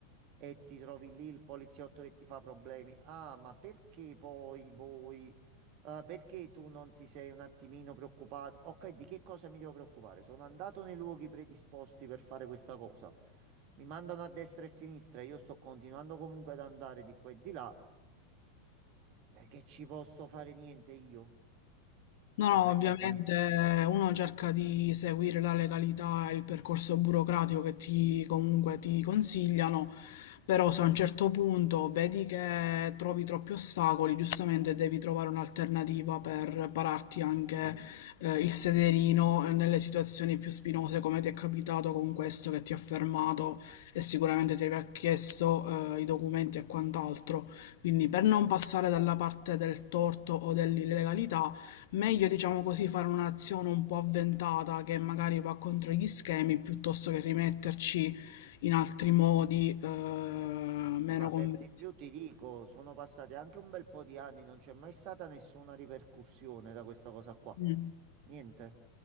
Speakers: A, on the right; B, on the left.
A: e ti trovi lì il poliziotto che ti fa problemi. Ah, ma perché poi voi? eh, perché tu non ti sei un attimino preoccupato? Ok, di che cosa mi devo preoccupare? Sono andato nei luoghi predisposti per fare questa cosa. Mi mandano a destra e a sinistra. Io sto continuando comunque ad andare di qua e di là. Non è che ci posso fare niente io.
B: No,
A: Cioè,
B: no,
A: non è
B: ovviamente
A: colpa mia.
B: eh, uno cerca di seguire la legalità e il percorso burocratico che ti comunque ti consigliano, però se a un certo punto vedi che trovi troppi ostacoli, giustamente devi trovare un'alternativa per pararti anche eh, il sederino eh, nelle situazioni più spinose come ti è capitato con questo che ti ha fermato e sicuramente ti avrà chiesto eh, i documenti e quant'altro. Quindi per non passare dalla parte del torto o dell'illegalità, Meglio, diciamo così, fare un'azione un po' avventata che magari va contro gli schemi piuttosto che rimetterci in altri modi eh, meno
A: No, ma per
B: convenzionali.
A: di più ti dico, sono passati anche un bel po' di anni, non c'è mai stata nessuna ripercussione da questa cosa qua.
B: Mm.
A: Niente,